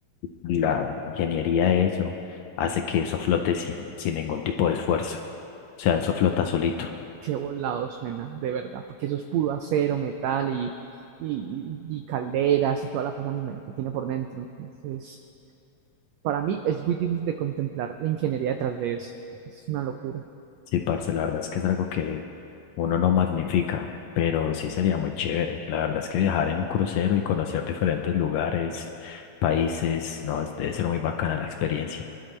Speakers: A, on the left; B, on the right.
A: la ingeniería de eso, hace que eso flote sin, sin ningún tipo de esfuerzo. O sea, eso flota solito.
B: Qué volado suena, de verdad, porque eso es puro acero, metal y, y, y calderas y toda la cosa me imagino, que tiene por dentro. Entonces, para mí es muy difícil de contemplar la ingeniería detrás de eso. Es una locura.
A: Sí, parce, la verdad es que es algo que uno no magnifica, pero sí sería muy chévere. La verdad es que viajar en un crucero y conocer diferentes lugares, países, no, debe ser muy bacana la experiencia.